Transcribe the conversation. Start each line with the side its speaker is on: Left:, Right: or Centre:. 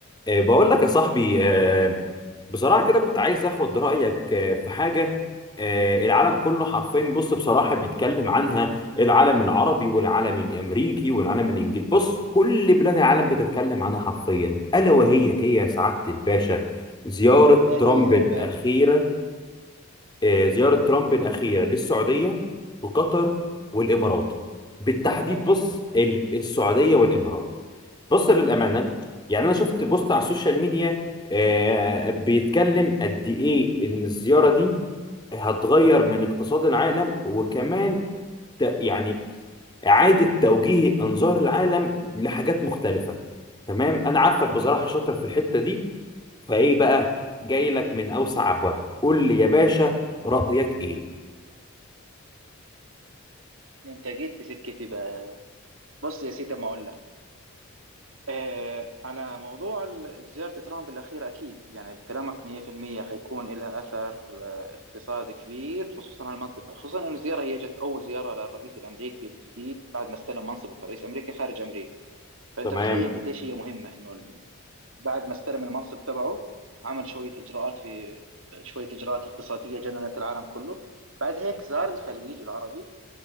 Left: آه، بقول لك يا صاحبي آه، بصراحة كده كنت عايز اخد رأيك آه، في حاجة آه، العالم كله حرفيا بص بصراحة بيتكلم عنها العالم العربي والعالم الامريكي والعالم الانجليزي بص كل بلاد العالم بتتكلم عنها حرفيا ألا وهي ايه يا سعادة الباشا زيارة
Right: ايه
Left: ترامب
Right: هي
Left: الأخيرة
Right: يا باشا
Left: آه، زيارة ترامب الأخيرة للسعودية وقطر والإمارات بالتحديد
Right: ايوه
Left: بص ال- السعودية والإمارات بص للأمانة
Right: ايوه
Left: يعني أنا شفت بوست على السوشيال ميديا آه، بيتكلم قد إيه إن الزيارة دي هتغير من اقتصاد العالم وكمان ت- يعني إعادة توجيه إنظار العالم لحاجات مختلفة تمام أنا عارفك بصراحة شاطر في الحتة دي فإيه بقى جاي لك من أوسع أبوابها قول لي يا باشا رأيك إيه
Right: انت جيت في سكتي بقى بص يا سيدي ما اقول لك آه على موضوع ال- زيارة ترامب الأخيرة أكيد يعني كلامك 100% حيكون لها أثر آه، اقتصادي كبير خصوصا على المنطقة خصوصا أن الزيارة هي جت أول زيارة للرئيس الأمريكي الجديد بعد ما استلم منصبه كرئيس أمريكي خارج أمريكا فأنت
Left: تمام
Right: تخيل قديش هي مهمة أنه ال- بعد ما استلم المنصب تبعه عمل شوية إجراءات في آه، شوية إجراءات اقتصادية جننت العالم كله بعد هيك زار الخليج العربي